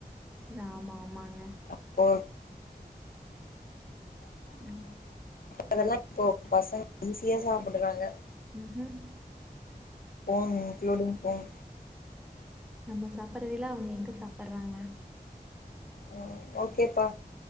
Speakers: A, in the centre; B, on the left.
A: ஆமா ஆமாங்
B: <inaudible>
A: ம்,
B: அதெல்லா இப்போ பசங்க ஈஸியா சாப்பிடுறாங்க
A: உம் உம்
B: போன் இங்கிளுடிங் போன்
A: நம்ம சாப்படுறதேல அவங்க எங்க சாப்படுறாங்க
B: ஹம் ஓகேப்பா